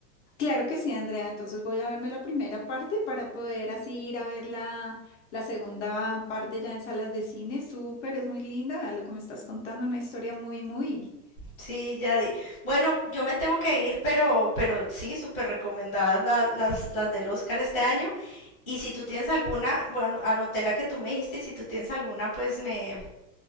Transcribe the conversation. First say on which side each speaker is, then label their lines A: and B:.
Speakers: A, on the left; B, in the centre.
A: Claro que sí, Andrea. Entonces voy a verme la primera parte para poder así ir a ver la, la segunda parte ya en salas de cine. Súper, es muy linda lo que me estás contando, una historia muy, muy.
B: Sí, ya di. Bueno, yo me tengo que ir, pero, pero sí, súper recomendadas la- las, las del Oscar este año. Y si tú tienes alguna, bueno, anoté la que tú me dijiste y si tú tienes alguna, pues me,